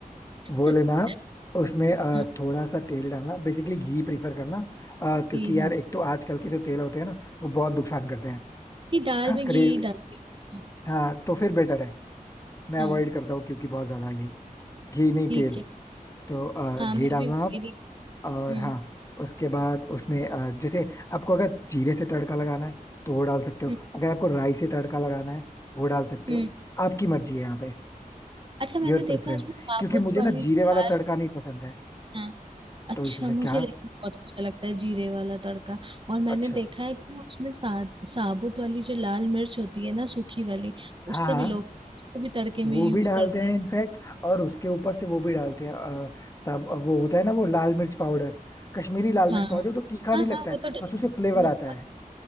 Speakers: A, on the left; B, on the right.
A: वो
B: <laughs>
A: लेना आप, उसमें अ,
B: हाँ
A: थोड़ा सा तेल डालना बेसिकली घी प्रीफर करना अ, क्योंकि
B: ठीक
A: यार
B: हाँ
A: एक तो आजकल के जो तेल होते हैं ना वो बहुत नुकसान करते हैं
B: ये दाल
A: खासकर
B: में घी
A: ये
B: डालती हूँ
A: हाँ तो फिर बेटर है मैं
B: हाँ
A: अवॉइड
B: हाँ,
A: करता हूँ क्योंकि बहुत ज्यादा ये घी नहीं
B: ठीक
A: तेल
B: है
A: तो अ,
B: हाँ
A: घी
B: मैं
A: डालना
B: भी मेरी
A: आप और
B: हम्म
A: हाँ उसके बाद उसमें अ, जैसे आपको अगर जीरे से तड़का लगाना है तो वो डाल सकते हो
B: हम्म
A: अगर आपको राई से तड़का लगाना है वो डाल सकते
B: हम्म।
A: हो आपकी मर्जी है यहाँ पे
B: अच्छा मैंने
A: योर प्रेफरेंस
B: देखा उसमें साबुत
A: क्योंकि मुझे
B: वाली
A: ना
B: जो
A: जीरे वाला
B: दाल
A: तड़का नहीं पसंद है
B: हाँ अच्छा
A: तो इस वजह
B: मुझे
A: क्या
B: लेकिन बहुत अच्छा लगता है जीरे वाला तड़का और मैंने
A: अच्छा
B: देखा है कि उसमें सा, साबुत वाली जो लाल मिर्च होती है ना सूखी वाली
A: हाँ
B: उससे
A: हाँ
B: भी लोग वो भी तड़के
A: वो
B: में यूज
A: भी डालते
B: करते
A: हैं
B: हैं
A: इनफैक्ट और उसके ऊपर से वो भी डालते हैं अ, सब वो होता है ना वो लाल मिर्च पाउडर कश्मीरी लाल
B: हाँ
A: मिर्च पाउडर तो तीखा
B: हाँ
A: नहीं लगता
B: हाँ
A: है
B: वो तो डा-
A: बस उसे फ्लेवर
B: वो
A: आता
B: तो डाल-
A: है